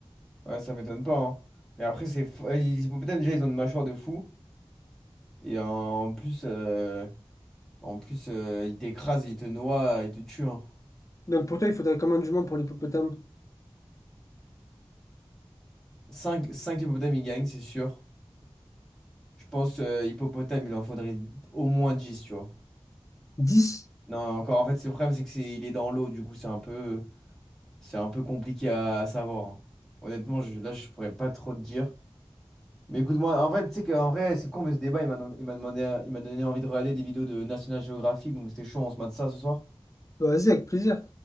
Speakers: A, in the centre; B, on the left.
A: Ouais, ça m'étonne pas, hein. Mais après, c'est fou- euh, les hippopotames, déjà, ils ont une mâchoire de fou. Et en, en plus, euh, en plus euh, ils t'écrasent, ils te noient, ils te tuent. hein.
B: Donc pour toi, il faudrait combien de juments pour l'hippopotame?
A: cinq cinq hippopotames, ils gagnent, c'est sûr. Je pense euh, hippopotame, il en faudrait au moins 10, tu vois.
B: dix
A: Non, encore, en fait, c'est- le problème, c'est que c'est, il est dans l'eau, du coup, c'est un peu, c'est un peu compliqué à savoir. hein. Honnêtement, je- là, je pourrais pas trop te dire. Mais écoute-moi, en fait, tu sais qu'en vrai, c'est con, mais ce débat, il m'a, il m'a demandé, il m'a donné envie de regarder des vidéos de National Geographic, donc c'était chaud, on se mate ça ce soir.
B: Bah, Vas-y, avec plaisir.